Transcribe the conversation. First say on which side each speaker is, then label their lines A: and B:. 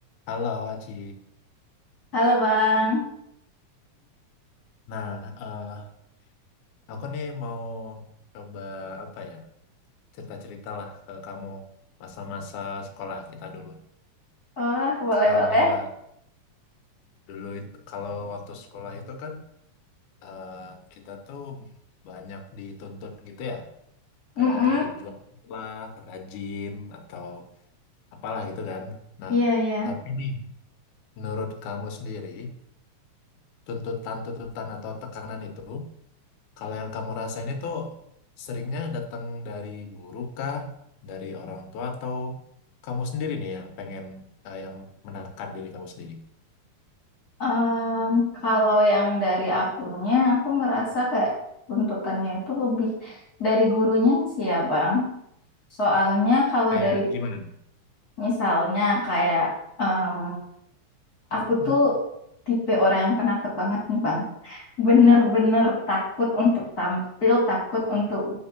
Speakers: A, on the left; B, on the left.
A: Halo, Ci.
B: Halo Bang.
A: Nah, eh, aku nih mau coba apa ya? Cerita-cerita lah ke kamu masa-masa sekolah kita dulu.
B: Oh, boleh-boleh.
A: Kayak dulu itu kalau waktu sekolah itu kan eh, kita tuh banyak dituntut gitu ya. Kayak
B: Mm-mm.
A: dituntut jualan lah, rajin atau apalah gitu kan. Nah,
B: Iya, iya.
A: tapi nih menurut kamu sendiri tuntutan-tuntutan atau tekanan itu Kalau yang kamu rasain itu seringnya datang dari guru kah, dari orang tua atau kamu sendiri nih yang pengen eh, yang menekan diri kamu sendiri?
B: Em, kalau yang dari akunya, aku ngerasa kayak tuntutannya itu lebih dari gurunya sih ya Bang. Soalnya kalau
A: Kayak
B: dari
A: gimana?
B: misalnya kayak em, aku
A: Hmm.
B: tuh tipe orang yang penakut banget nih Bang. Bener-bener takut untuk tampil, takut untuk